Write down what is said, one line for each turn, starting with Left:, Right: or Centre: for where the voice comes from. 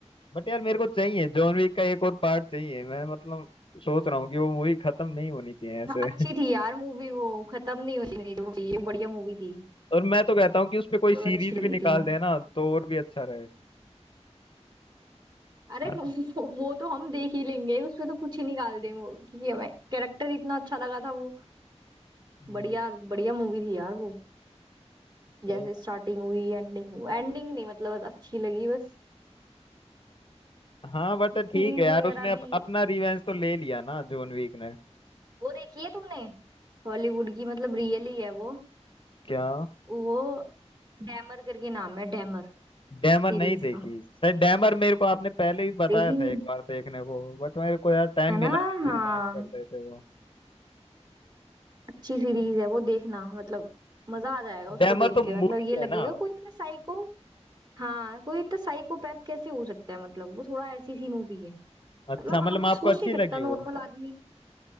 Left: बट यार मेरे को चाहिए जॉन विक का एक और पार्ट चाहिए मैं मतलब सोच रहा हूँ कि वो मूवी खत्म नहीं होनी चाहिए ऐसे
Right: हाँ अच्छी थी यार मूवी वो खत्म नहीं होनी चाहिए वो बढ़िया मूवी थी
Left: <laughs> और मैं तो कहता हूँ कि उस पे कोई
Right: मेरे को
Left: सीरीज
Right: तो अच्छी लगी
Left: भी निकाल
Right: थी वो
Left: देना तो और भी अच्छा रहे
Right: अरे
Left: है
Right: वो,
Left: ना
Right: वो वो तो हम देख ही लेंगे उसमें तो कुछ ही निकाल देंगे वो, क्योंकि हमें कैरेक्टर इतना अच्छा लगा था वो
Left: हम्म,
Right: बढ़िया बढ़िया मूवी थी यार वो
Left: सही
Right: जैसे स्टार्टिंग हुई एंडिंग हुई एंडिंग नहीं मतलब बस अच्छी लगी बस
Left: हाँ बट ठीक
Right: सीरीज
Left: है यार
Right: वगैरह
Left: उसने अप,
Right: भी
Left: अपना रिवेंज तो ले लिया ना जॉन वीक ने
Right: वो देखी है तुमने हॉलीवुड की मतलब रियल ही है वो
Left: क्या
Right: वो डैमर करके नाम है डैमर
Left: डैमर
Right: सीरीज
Left: नहीं देखी
Right: का
Left: सर डैमर मेरे को आपने पहले भी बताया
Right: देखी
Left: था
Right: नहीं
Left: एक बार देखने को बट मेरे को यार टाइम
Right: है ना
Left: मिला नहीं
Right: हाँ
Left: एग्जाम चल रहे थे वो
Right: अच्छी सीरीज है वो देखना मतलब मजा आ जाएगा उसको
Left: डैमर
Right: देख
Left: तो
Right: के
Left: मूवी
Right: मतलब ये लगेगा
Left: है ना
Right: कोई इतना साइको हाँ कोई इतना साइकोपैथ कैसे हो सकता है मतलब वो थोड़ा ऐसी सी मूवी है मतलब
Left: अच्छा मतलब
Right: हम
Left: आपको
Right: सोच
Left: अच्छी
Right: नहीं सकता
Left: लगी
Right: नॉर्मल
Left: वो
Right: आदमी